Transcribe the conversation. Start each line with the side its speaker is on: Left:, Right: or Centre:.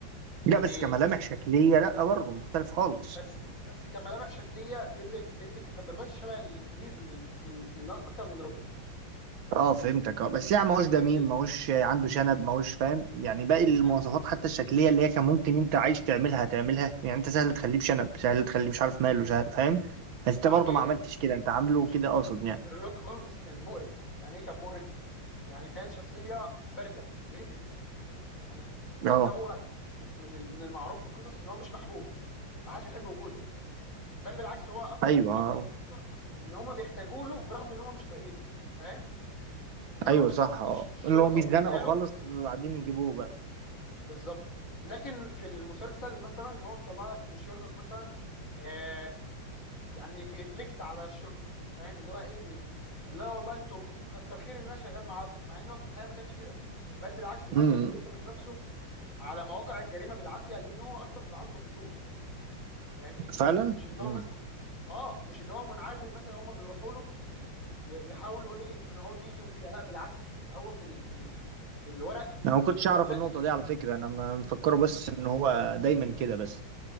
Left: يعني
Right: لا بس كملامح شكلية لا برضه مختلف خالص
Left: بس بس كملامح شكليه بندكت بندكت كامبرباتش شبه الانجليز من من من اكتر من روبرت
Right: اه فهمتك اه بس يعني
Left: لا
Right: ماهوش دميم
Left: لان
Right: ماهوش عنده شنب ماهوش فاهم يعني باقي المواصفات
Left: لا
Right: حتى الشكليه اللي هي كان ممكن انت عايز تعملها تعملها يعني انت سهل تخليه بشنب سهل تخليه مش عارف ماله سهل فاهم بس
Left: بعدين
Right: انت برضه ما عملتش كده انت عامله
Left: ش-
Right: كده
Left: ش-
Right: قاصد يعني
Left: شيرلوك هولمز كان مقرف يعني ايه كان مقرف يعني كان شخصيه بارده غتت يعني حتى
Right: اه
Left: هو من ال- من المعروف في القصص ان هو مش محبوب ما حدش بيحب وجوده بل بالعكس هو اصلا
Right: ايوه
Left: من حبكه
Right: آه.
Left: القصه ان هم بيحتاجوا له برغم ان هم مش طايقينه فاهم ان هو
Right: ايوه
Left: يقول لك
Right: صح
Left: مثلا
Right: اه
Left: الش- الشرطه
Right: اللي هو بيتزنقوا
Left: بتلجأ له
Right: خالص بعدين يجيبوه بقى
Left: بالظبط لكن في المسلسل مثلا هو مطلع لك ان شيرلوك مثلا آه يعني بيفليكس على الشرطه فاهم اللي هو ايه بي اللي هو والله انتوا كتر خير ان انا شغال معاكم مع ان هو في الحقيقه ما كانش كده بل بالعكس ان هو
Right: امم
Left: كان بيفرض نفسه على مواقع الجريمه بالعافيه لان هو اصلا بيبقى عنده فضول فاهمني
Right: فعلا
Left: مش اللي
Right: امم
Left: هو مثلا اه مش اللي هو منعزل مثلا هم بيروحوا له ي- يحاولوا ايه يقنعوه يجي وكده لا بالعكس ده هو في ال... في ال... في الورق
Right: انا ما كنتش
Left: ان
Right: اعرف
Left: هو لا
Right: النقطه دي على فكره انا ما مفكره بس ان هو دايما كده بس